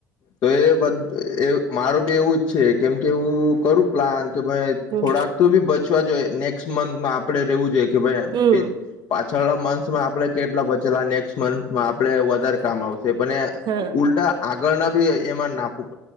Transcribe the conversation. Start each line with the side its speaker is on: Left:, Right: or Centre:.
Left: તો એ બધ એ મારું બી એવું જ છે કેમ કેવું કરું પ્લાન કે ભાઈ
Right: હમ
Left: થોડાક તો બી બચવા જોઈએ નેક્સ્ટ મન્થ માં આપણે રહેવું જોઈએ કે ભાઈ
Right: હમ
Left: પે પાછળ ના માસમાં આપડે કેટલા બ ચલા આ નેક્સ્ટ મંથ માં આપણે વધારે કામ આવશે
Right: હા
Left: ઉલ્ટા આ ગણા એમાં નાખું.